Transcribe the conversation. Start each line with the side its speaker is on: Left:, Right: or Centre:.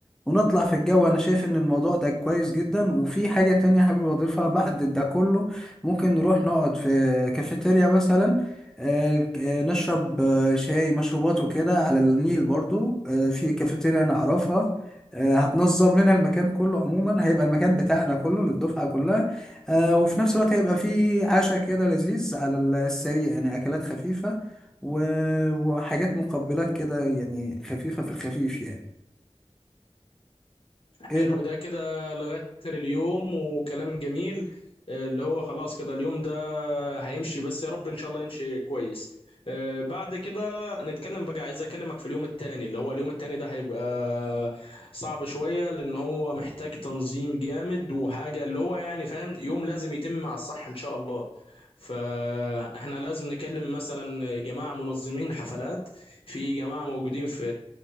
Centre: ونطلع في الجو انا شايف ان الموضوع ده كويس جدا وفي حاجة تانية حابب اضيفها بعد ده كله ممكن نروح نقعد في كافيتيريا مثلا آه، آه، نشرب آه، شاي مشروبات وكده على النيل برضو آه، في كافيتيريا انا اعرفها آه، هتنظم لنا المكان كله عموما هيبقى المكان بتاعنا كله للدفعة كلها آه، وفي نفس الوقت هيبقى في عشاء كده لذيذ على السريع يعني اكلات خفيفة و- وحاجات مقبلات كده يعني خفيفة في الخفيف يعني إيه
Left: حلو ده كده لغاية آخر اليوم وكلام جميل آه، اللي هو خلاص كده اليوم ده هيمشي بس يا رب إن شاء الله يمشي كويس آه، بعد كده نتكلم بقى عايز أكلمك في اليوم التاني اللي هو اليوم التاني ده هيبقى صعب شوية لأن هو محتاج تنظيم جامد وحاجة اللي هو يعني فاهم يوم لازم يتم مع الصح إن شاء الله فاحنا لازم نكلم مثلا جماعة منظمين حفلات في جماعة موجودين في